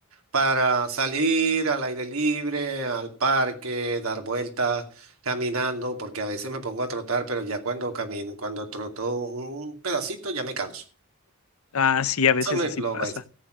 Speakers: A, on the right; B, on the left.
A: para salir al aire libre, al parque, dar vueltas, caminando, porque a veces me pongo a trotar, pero ya cuando camino, cuando troto un pedacito ya me canso.
B: Ah, sí, a veces
A: Eso me
B: así
A: lo
B: pasa.